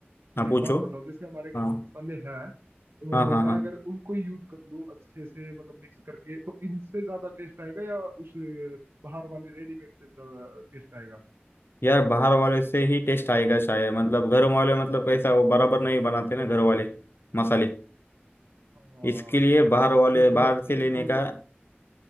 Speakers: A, on the left (about 65°); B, on the right (about 75°).
A: हाँ
B: एक
A: पूछो
B: बात बताओ जैसे हमारे घर
A: हाँ
B: पर मसाले हैं तो
A: हाँ हाँ
B: मैं
A: हाँ
B: अगर उनको ही यूज कर लूँ अच्छे से मतलब मिक्स करके तो इनसे ज्यादा टेस्ट आएगा या उस अ, बाहर वाले रेडीमेड से ज्यादा टेस्ट आएगा
A: यार बाहर वाले से ही टेस्ट आएगा शायद मतलब घर वाले मतलब कैसा वो बराबर नहीं बनाते ना घर वाले मसाले
B: हाँ
A: इसके लिए
B: सही
A: बाहर
B: बोल रहे
A: वाले
B: हो इसमें क्वांटिटी
A: बाहर से लेने
B: कम
A: का